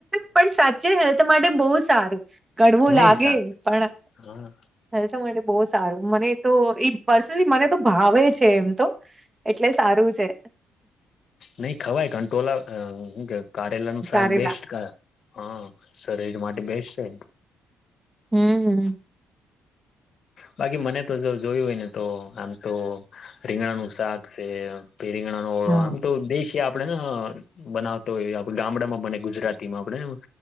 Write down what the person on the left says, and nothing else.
નહી
સા
હા
નહી ખવાય કંટોલા અ હુકે કારેલા નું શાક
બેસ્ટ કા હા શરીર માટે બેસ્ટ છે.
બાકી મને તો જો જોયું હોય ને તો આમ તો રીંગણાનું શાક સે. પેરીંગણા નો ઓળો
આમ તો દેશી આપ પડે છેન અ બનાવતો હોય એ આપ ગામડામાં બને ગુજરાતીમાં આપણેને